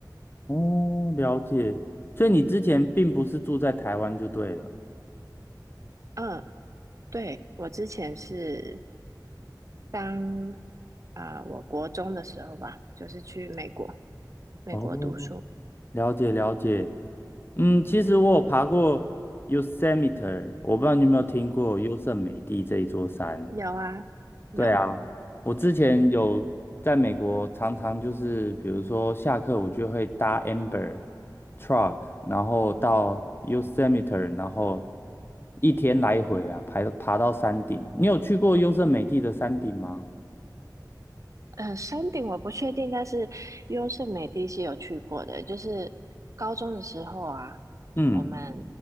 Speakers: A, on the left; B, on the right.
A: 哦，了解，所以你之前并不是住在台湾就对了。
B: 嗯，对，我之前是当啊、我国中的时候吧，就是去美国，美国读书。
A: 哦，了解了解，嗯，其实我有爬过 Yosemite，我不知道你有没有听过优胜美地这一座山。
B: 有啊，有，
A: 对啊，我之前有在美国，常常就是比如说下课，我就会搭 Amber truck，然后到 Yosemite，然后一天来回啊，爬爬到山顶。你有去过优胜美地的山顶吗？
B: 嗯，山顶我不确定，但是优胜美地是有去过的。就是高中的时候啊，
A: 嗯，
B: 我们